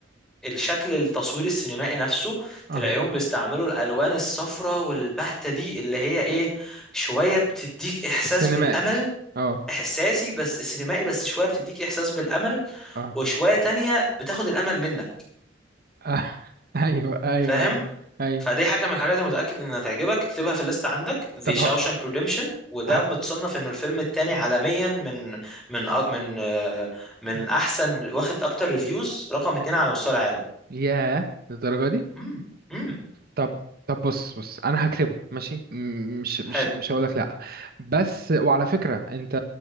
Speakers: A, in the centre; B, on the right.
A: الشكل التصوير السينمائي نفسه
B: اها
A: تلاقيهم بيستعملوا الألوان الصفراء والبهتة دي اللي هي ايه شوية بتديك إحساس
B: السينمائي
A: بالأمل
B: اه
A: احساسي بس سينمائي بس شويه بتديك احساس بالامل
B: اه
A: وشويه تانية بتاخد الامل منك
B: آه. <laughs> ايوه ايوه
A: فاهم
B: ايوه ايوه
A: فدي حاجه من الحاجات اللي متاكد انها تعجبك اكتبها في الليست عندك The
B: طب
A: Shawshank
B: ه...
A: Redemption وده
B: ه...
A: متصنف انه الفيلم التاني
B: مم.
A: عالميا من من أ- من آه، من
B: مم.
A: احسن واخد اكتر ريفيوز رقم اتنين على مستوى العالم
B: ياه للدرجة دي
A: امم امم
B: طب طب بص بص انا هكتبه ماشي م- مش مش
A: حلو
B: مش هقول لك لا بس وعلى فكرة انت